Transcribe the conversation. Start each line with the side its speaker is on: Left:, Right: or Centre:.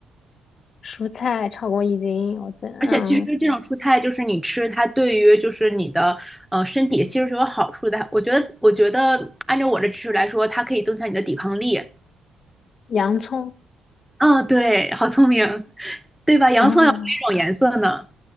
Left: 蔬菜超过一斤，我这嗯，
Centre: 而且其实这种蔬菜就是你吃它，对于就是你的呃身体其实是有好处的。我觉得，我觉得按照我的知识来说，它可以增强你的抵抗力。
Left: 洋葱，
Centre: 嗯，对，好聪明，对吧？洋葱有哪种颜色呢？
Left: 嗯